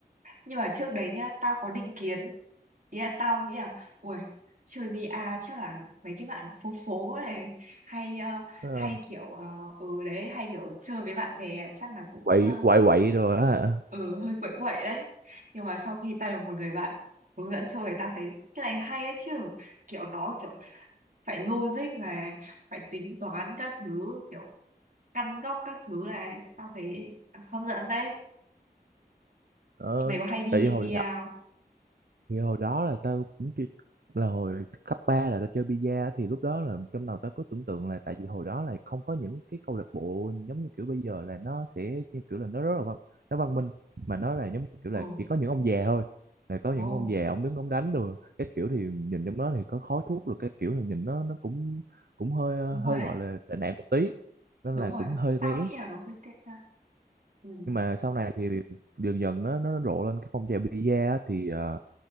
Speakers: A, on the right; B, on the right.
A: nhưng mà trước đấy nhá tao có định kiến Ý là tao nghĩ là Ui chơi VR chắc là mấy cái bạn phố phố này hay ờ,
B: Ờ,
A: hay kiểu ờ, ừ đấy hay kiểu chơi với bạn bè chắc là cũng
B: quậy
A: ờ,
B: quậy quậy rồi á hả?
A: ừ hơi quậy quậy đấy nhưng mà sau khi ta được một người bạn hướng dẫn chơi ta thấy cái này hay ấy chứ kiểu nó kiểu phải logic này phải tính toán các thứ kiểu căn góc các thứ này tao thấy hấp dẫn đấy
B: ờ,
A: mày có hay đi
B: tại vì hồi
A: VR
B: nhỏ
A: không?
B: Thì hồi đó là tao cũng chưa là hồi cấp 3 là tao chơi bi-a á, thì lúc đó là trong đầu tao có tưởng tượng là tại vì hồi đó là không có những cái câu lạc bộ giống như kiểu bây giờ là nó sẽ như kiểu là nó rất là văn, nó văn minh mà nó là giống như kiểu
A: Ừ,
B: là chỉ có những ông già thôi là có
A: ồ,
B: những ông già ông đứng ông đánh rồi cái kiểu thì nhìn trong đó thì có khói thuốc rồi cái kiểu thì nhìn nó nó cũng cũng hơi ờ,
A: đúng
B: hơi
A: rồi đấy.
B: gọi là tệ nạn một tí nên
A: đúng
B: là
A: rồi
B: cũng hơi
A: tao
B: rén
A: nghĩ là nó hơi tệ ra ừ.
B: nhưng mà sau này thì dần dần nó nó nó rộ lên cái phong trào bi-a á, thì ờ,